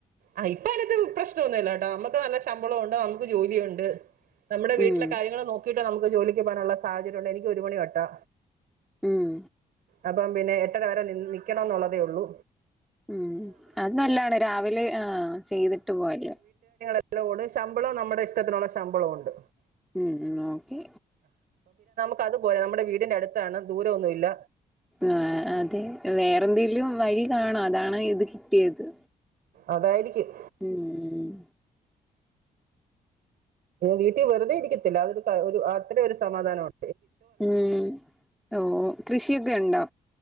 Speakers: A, on the right (about 85°); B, in the centre.
A: ആഹ് ഇപ്പൊ എനക്ക് പ്രശ്നമൊന്നുമില്ലാട്ടോ നമ്മുക്ക് നല്ല ശമ്പളമുണ്ട് നമുക്ക് ജോലിയുണ്ട് നമ്മുടെ വീട്ടിലെ
B: ഉം
A: കാര്യങ്ങള് നോക്കിയി <unintelligible> ജോലിക്ക് പോകാനുള്ള സാഹചര്യംണ്ട് എനിക്ക് ഒരു മണി തൊട്ടാ
B: ഉം
A: അപ്പം പിന്നെ എട്ടര വരെ നിന്ന് നിക്കണന്ന് ഒള്ളതേയുള്ളു
B: ഉം അത് നല്ലാണ് രാവിലെ ആ ചെയ്തിട്ട് പോയാല്
A: അതിന്റെ കൂടെ ശമ്പളവും നമ്മുടെ ഇഷ്ടത്തിനുള്ള ശമ്പളവും ഉണ്ട്
B: ഉം ഉ ഓക്കെ
A: ഇപ്പൊ അത്പോലെ നമ്മുടെ വീടിന്റെ അടുത്താണ് ദൂരം ഒന്നും ഇല്ല
B: ആ അതെ വേറെ എന്തെിലും വഴി കാണാംഅതാണ് ഇത് കിട്ടിയത്
A: അതായിരിക്കും
B: ഉം
A: വീട്ടിൽ വെറുതെ ഇരിക്കത്തില്ല അതൊ ഒരു അത്ര ഒരു സമാധാനംണ്ട്
B: ഉം ഓ കൃഷിയൊക്കെ ഉണ്ടോ